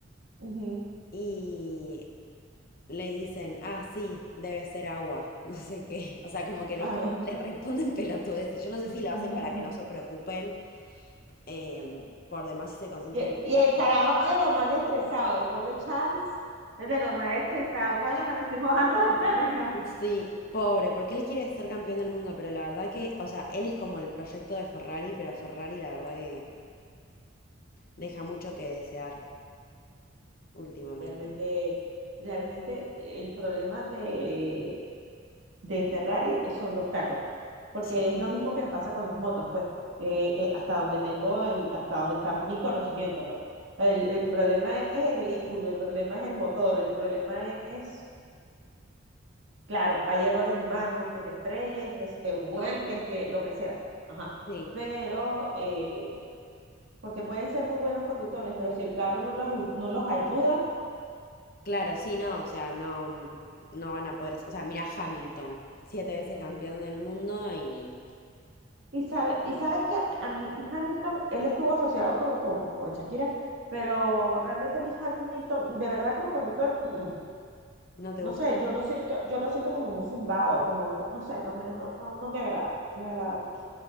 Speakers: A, on the right (about 70°); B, on the left (about 50°).
A: ujú,
B: y le dicen, ah, sí, debe ser agua, <laughs> no sé qué. O sea, como que les,
A: ajá.
B: les responden pelotudeces. Yo no sé
A: <laughs>
B: si lo hacen para que no se preocupen eh, por demás y se concentren
A: Y,
B: en
A: y
B: la
A: el
B: carrera.
A: carajo de lo más estresado, el pobre Charles es de lo más estresado, coño, que me estoy mojando las nalgas.
B: Sí, pobre, porque él quiere ser campeón del mundo, pero la verdad que, o sea, él es como el proyecto de Ferrari, pero a Ferrari la verdad que deja mucho que desear últimamente.
A: Realmente, realmente el problema de de Ferrari eh, son los carros, porque
B: Sí,
A: es lo mismo que pasa con las motos, pues, eh, eh, hasta donde tengo, em, hasta donde está mi conocimiento, pues. El, el problema es el vehículo, el problema es el motor, el problema es, claro, hay errores humanos, que te estrelles, que te vuelques, que lo que sea, ajá.
B: sí.
A: Pero, eh, porque pueden ser muy buenos conductores, pero si el carro no los, u- no los ayuda,
B: Claro, sí, no, o sea, no, no van a poder hacer. O sea, mira Hamilton, siete veces campeón del mundo y
A: Y, sabe, y sabes que a mí Hamilton, él estuvo asociado con, con, con Shakira, pero realmente a mí Hamilton, de verdad como conductor, mm, mm.
B: ¿No te
A: no
B: gusta?
A: sé, yo lo siento, yo lo siento como muy zumbado, como no, no sé, no me, no, no, no me agrada, no me agrada mucho.